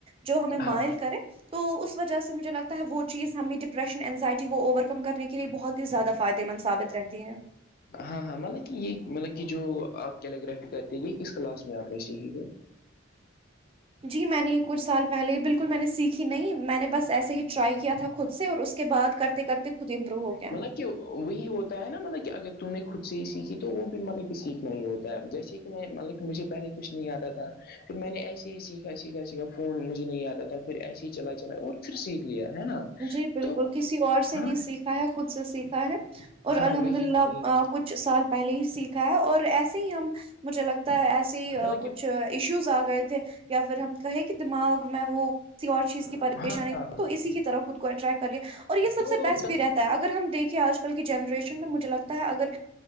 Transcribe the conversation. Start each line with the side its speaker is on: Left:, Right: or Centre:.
Right: جو ہمیں
Left: ہاں ہاں
Right: مائل کرے تو اس وجہ سے مجھے لگتا ہے وہ چیز ہمیں ڈپریشن انینزائٹی کو اوور کم کرنے کے لیے بہت ہی زیادہ فائدے مند ثابت رہتی ہیں
Left: ہاں ہاں مطلب کہ یہ مطلب کہ جو آپ کیلیگرافی کرتے کس کلاس میں آپ نے سیکھی تھے
Right: جی میں نے کچھ سال پہلے بالکل میں نے سیکھی نہیں میں نے بس ایسے ہی ٹرائی کیا تھا خود سے اور اس کے بعد کرتے کرتے خود امپرو ہو گیا
Left: مطلب وہی ہوتا ہے نا مطلب کہ اگر تم نے خود سے ہی سیکھی تو وہ بھی مطلب کہ سیکھنا ہی ہوتا ہے جیسے کہ میں مطلب مجھے پہلے کچھ نہیں آتا تھا پھر میں نے ایسے ہی سیکھا سیکھا سیکھا فون مجھے نہیں آتا تھا پھر ایسے ہی چلائی چلائی اور پھر سیکھ لیا ہے نا
Right: جی بالکل
Left: تو
Right: کسی اور سے
Left: ہاں
Right: نہیں سیکھا ہے خود سے سیکھا ہے اور
Left: ہاں
Right: الحمد
Left: وہی
Right: اللہ
Left: وہی
Right: کچھ سال پہلے ہی سیکھا ہے اور ایسے ہی ہم مجھے لگتا ہے ایسے
Left: مطلب
Right: کچھ
Left: کہ
Right: ایشوز آ گئے تھے یا پھر ہم کہیں دماغ میں وہ کسی اور چیز کی پریشانی
Left: ہاں ہاں
Right: تھی تو اسی کی طرف خ کو اٹریکٹ کر لیا اور یہ سب
Left: تو
Right: سے بیسٹ
Left: تب
Right: بھی رہتا ہے اگر ہم دیکیں آج کل کی جنریشن میں مجھے لگتا ہے اگر